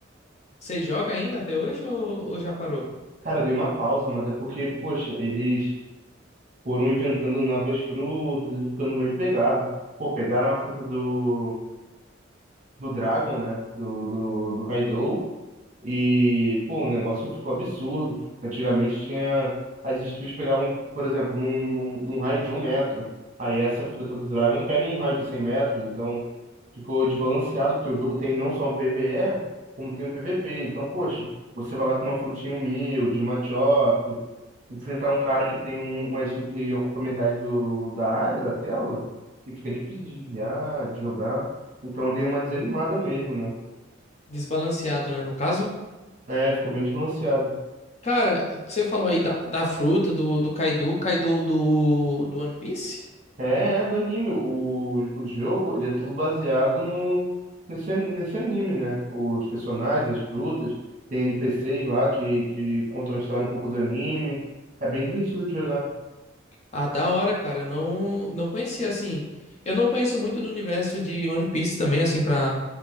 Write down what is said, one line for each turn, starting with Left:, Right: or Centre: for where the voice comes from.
Left: Você joga ainda até hoje ou, ou já parou?
Right: Cara, eu dei uma pausa, mas é porque, poxa, eles. foram inventando novas frutas e ficando meio pegado. Pô, pegaram a fruta do, do Dragon, né? Do, do, do Kaido. E, pô, o negócio ficou absurdo. Antigamente tinha. As skills pegavam, por exemplo, num, num, num raio de um metro. Aí essa fruta do Dragon pega um raio de 100 metros. Então ficou desbalanceado, porque o jogo tem não só um PvE, como tem um PvP. Então, poxa, você vai lá com uma frutinha humilde, uma chop enfrentar um cara que tem um, umas chutes que ocupa metade do, da área, da tela, e fica difícil de desviar, de jogar. Então eu dei uma desanimada mesmo, né?
Left: Desbalanceado, né? No caso.
Right: É, ficou bem desbalanceado.
Left: Cara, você falou aí da, da fruta, do, do Kaido, Kaido do, do One Piece?
Right: É, é do anime. O, o jogo, ele é tudo baseado no, nesse, nesse anime, né? Os personagens, as frutas, tem NPCs lá que, que contam a história um pouco do anime. É bem divertido de jogar.
Left: Ah, da hora, cara. Eu não, não conhecia, assim. Eu não conheço muito do universo de One Piece também, assim, pra.